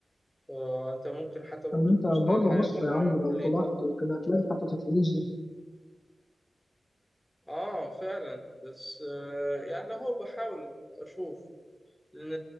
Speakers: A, in the centre; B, on the left.
A: فأنت ممكن حتى برضو
B: طب ما انت
A: تبص
B: بره
A: على حاجة
B: مصر
A: بره
B: يا عم
A: كليتك
B: لو طلعت وكده هتلاقي حتة الفلوس دي
A: آه فعلا بس آه يعني هو بحاول أشوف لأن